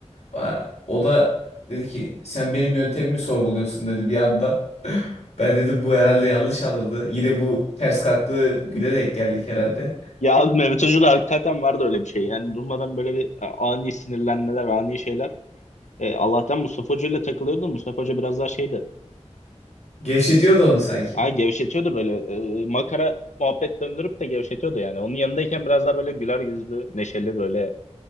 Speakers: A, on the left (about 70°); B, on the left (about 85°).
A: Ba- O da dedi ki sen benim yöntemimi sorguluyorsun dedi bir anda. <laughs> Ben dedim bu herhalde yanlış anladı. Yine bu ters kalktığı güne denk geldik herhalde.
B: Ya abi Mehmet Hoca'da hakikaten vardı öyle bir şey. Yani durmadan böyle bir e, ani sinirlenmeler, ani şeyler. E, Allah'tan Mustafa Hoca ile takılıyordu. Mustafa Hoca biraz daha şeydi.
A: Gevşetiyordu onu sanki.
B: Ha, gevşetiyordu böyle. E, makara muhabbet döndürüp de gevşetiyordu yani. Onun yanındayken biraz daha böyle güler yüzlü, neşeli böyle